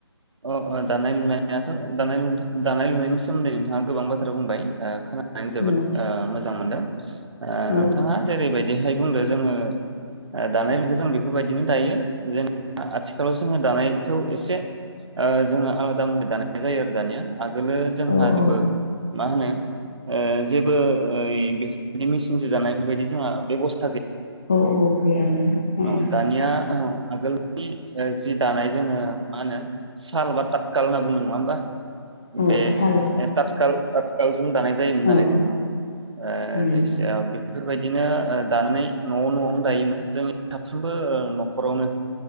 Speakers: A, on the right; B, on the left.
A: ओ ओ दानाय लुनाय दाथ' दानाय लुनथा दानाय लुनायनि सोमोन्दै नोंथाङा गोबां बाथ्रा बुंबाय ओ खोना नै जोबोद
B: औ
A: ओ मोज जां मोनदों ओ
B: औ
A: नोंथाङा जेरैबायदि बिहाय बुंदो जोङो ओ दानायनिखौ जों बेफोरबायदि दिनो दायो जेनब आथिखालाव जोङो दानायखौ एसे ओ जोङो आलादा मुवै दानाय जायो आरो दानिया आगोलो जोंहा
B: औ औ
A: जेबो मा होनो ओ जेबो ओ बेफोरबायदि मेचिनजों दानाय बेफोरबायदि जोंहा बेबस्थ
B: औ औ गैयामोन।
A: औ
B: उम
A: दानिया औ आगोलनि ओ जि दानाय जोङो मा होनो साल बा तातकाल होनना बुङो नङा होमबा
B: औ
A: बे
B: साल
A: ने ताथखाल ताथखालजों दानाय जायोमोन नालाय
B: औ
A: जों नव ओ
B: उम
A: जायखिया बेफोरबायदिनो ओ दानानै न'आव न'आवनो दायोमोन जोंनि साफ्रोमबो ओ न'खरावनो